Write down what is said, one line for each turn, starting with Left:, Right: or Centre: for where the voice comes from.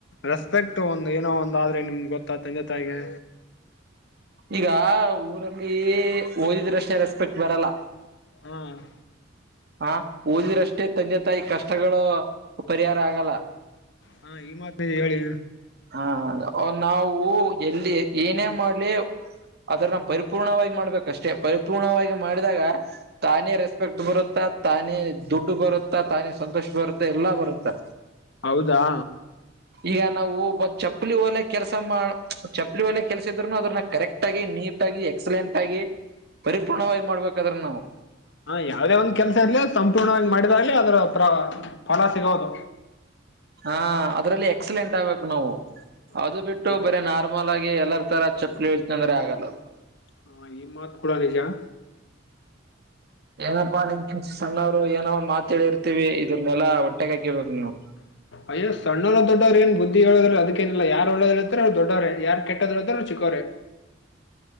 Left: ರೆಸ್ಪೆಕ್ಟ್ ಒಂದು ಏನೋ ಒಂದ ಆದ್ರೆ ನಿಮ್ಗೆ ಗೊತ್ತ ತ ತಂಗ ತಾಯಿಗೆ
Right: ಈಗ ಊರಲ್ಲಿ ಓದಿದ್ರಷ್ಟೇ ರೆಸ್ಪೆಕ್ಟ್ ಬರಲ್ಲ
Left: ಹ್ಮ್
Right: ಹ ಓದಿ್ರಷ್ಟೇ ತಂದೆ ತಾಯಿ ಕಷ್ಟಗಳು ಪರಿಹಾರ ಆಗಲ್ಲ
Left: ಹಾ ಈ ಮಾತ ಹೇಳಿ
Right: ಹಾ ನಾವು ಎಲ್ಲಿ ಏನೇ ಮಾಡ್ಲಿ ಅದ್ರನ್ನ ಪರಿಪೂರ್ಣವಾಗಿ ಮಾಡ್ಬೇಕಷ್ಟೇ ಪರಿಪೂರ್ಣವಾಗಿ ಮಾಡಿದಾಗ ತಾನೇ ರೆಸ್ಪೆಕ್ಟ್ ಬರುತ್ತೆ ತಾನೇ ದುಡ್ಡು ಬರುತ್ತಾ ತಾನೇ ಸಂತೋಷ ಬರುತ್ತಾ ಎಲ್ಲಾ ಬರುತ್ತಾ
Left: ಹೌದಾ
Right: ಈಗ ನಾವು ಚಪ್ಪಲಿ ಒಲೆಯ ಕೆಲಸ ಮಾಡ ಚಪ್ಪಲಿ ಒಲೆಯ ಕೆಲಸ ಇದ್ರುನು ಅದನ್ನ ಕರೆಕ್ಟ್ ಆಗಿ ನೀಟ್ ಆಗಿ ಎಕ್ಸಲೆಂಟ್ ಆ ಪರಿಪೂರ್ಣವಾಗಿ ಮಾಡ್ಬೇಕದ್ರ ನಾವು
Left: ಹಾ ಯಾವವುದೇ ಒಂದ್ ಕೆಲ್ಸ ಇರ್ಲಿ ಸಂಪೂರ್ಣವಾಗಿ ಮಾಡಿದಾಗ್ಲಿ ಅದ್ರ ಪ್ರ ಫಲ ಸಿಗೋದು
Right: ಹಾ ಅದ್ರಲ್ಲಿ ಎಕ್ಸಲೆಂಟ್ ಆಗ್ಬೇಕು ನಾವು
Left: ಹಾ
Right: ಅದು ಬಿಟ್ಟು
Left: ನಿಜ
Right: ಬರಿ ನಾರ್ಮಲ್ ಆಗಿ ಎಲ್ಲಾರ ತರ ಚಪ್ಪಪ್ಲಿ ಹೋಲಿತೀನಿ ಅಂದ್ರ ಆಗಲ್ಲ ಅದು
Left: ಹ ಈ ಮಾತ್ ಕೂಡ ನಿಜ
Right: ಏನಪ್ಪಾ ನಿನಕ್ಕಿಂತ ಸಣ್ಣವ್ರು ಏನೋ ಒಂದ ಮಾತ ಹೇಳಿ ಇರ್ತೀವಿ ಇದ್ರನೆಲ್ಲಾ ಒಟ್ಟಗ ಹಾಕೇಳ್ಬೇಕು ನೀವು
Left: ಅಯ್ಯ ಸಣ್ಣವರ ದೊಡ್ಡವರೂ ಏನ್ ಬುದ್ಧಿ ಹೇಳದ್ರ ಅದಕ್ಕೇನಿಲ್ಲ ಯಾರು ಒಳ್ಳೆಯವರು ಅವ್ ದೊಡ್ಡವ್ರೇ ಯಾರ್ ಕೆಟ್ಟದ ಹೇಳ್ತಾರೆ ಅವ್ರು ಚಿಕ್ಕವ್ರೆ